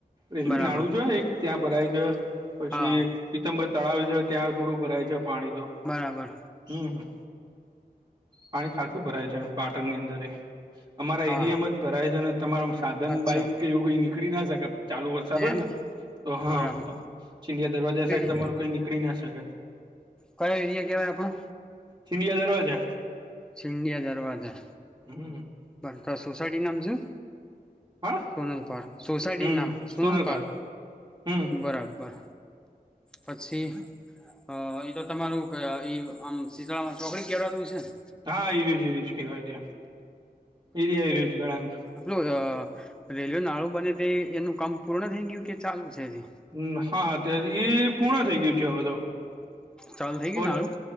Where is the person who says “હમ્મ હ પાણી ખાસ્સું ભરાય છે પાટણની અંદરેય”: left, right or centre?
Right